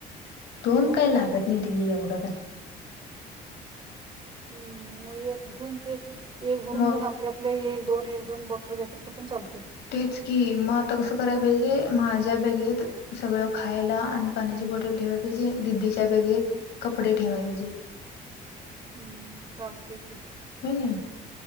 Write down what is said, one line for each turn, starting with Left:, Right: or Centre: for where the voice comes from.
Left: दोन काय लागत नाही ती एवढं का.
Right: हं मग एक घेऊन ते एक भरून
Left: मग
Right: घेऊन आपल्या आपल्या एक - दोन, एक, दोन बॉटल घेतलो तरी पण चालतय.
Left: तेच की मग आता कसं करायला पाहिजे, माझ्या बॅगेत सगळं खायला आणि पाण्याच्या बॉटल ठेवायलाच पाहिजे दिदीच्या बॅगेत कपडे ठेवायला पाहिजेत.
Right: हं चालतय कि
Left: होय नाही